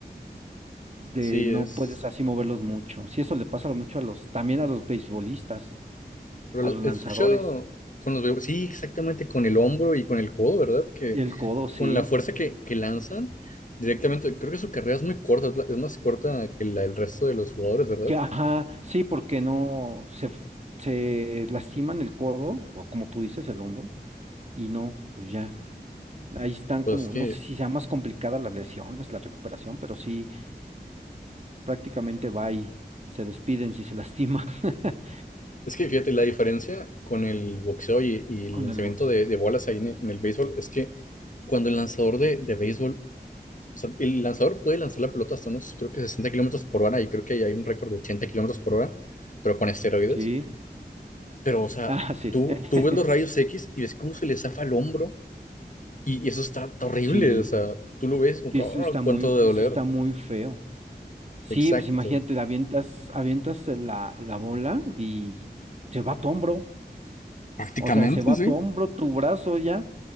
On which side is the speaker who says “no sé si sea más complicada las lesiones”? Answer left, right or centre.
Right